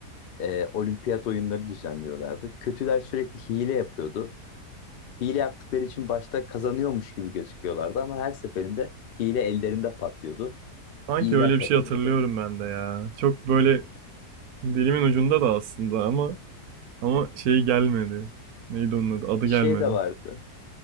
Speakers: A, on the left; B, on the right.
A: Ee, olimpiyat oyunları düzenliyorlardı. Kötüler sürekli hile yapıyordu. Hile yaptıkları için başta kazanıyormuş gibi gözüküyorlardı ama her seferinde hile ellerinde patlıyordu.
B: Sanki
A: İyiler
B: öyle bir
A: kazanıyordu.
B: şey hatırlıyorum ben de ya. Çok böyle dilimin ucunda da aslında ama ama şey gelmedi. Neydi onun adı? Adı
A: Şey
B: gelmedi.
A: de vardı.